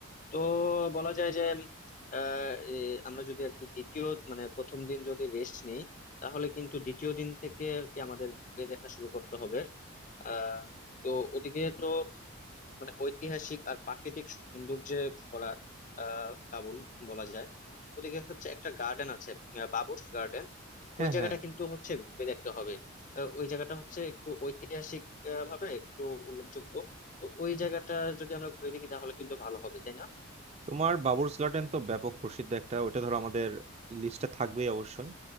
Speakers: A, on the left (about 35°); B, on the right (about 30°).
A: তো বলা যায় যে আহ, এ, আমরা যদি আর কি দ্বিতীয় মানে প্রথম দিন যদি রেস্ট নেই তাহলে কিন্তু দ্বিতীয় দিন থেকে আর কি আমাদের ঘুরে দেখা শুরু করতে হবে আহ তো ওদিকে তো মানে ঐতিহাসিক আর প্রাকৃতিক সৌন্দর্যে ভরা আহ কাবুল বলা যায় ওদিকে হচ্ছে একটা গার্ডেন আছে আহ, বাবুর্স গার্ডেন
B: হ্যাঁ
A: ওই জায়গাটা
B: হ্যাঁ
A: কিন্তু হচ্ছে ঘুরে দেখতে হবে আহ, ওই জায়গাটা হচ্ছে একটু ঐতিহাসিক আহ, ভাবে একটু উল্লেখযোগ্য তো ওই জায়গাটা যদি আমরা ঘুরে দেখি তাহলে কিন্তু ভালো হবে তাই না
B: তোমার বাবুর্স গার্ডেন তো ব্যাপক প্রসিদ্ধ একটা ওটা ধরো আমাদের লিস্টে থাকবেই অবশ্যই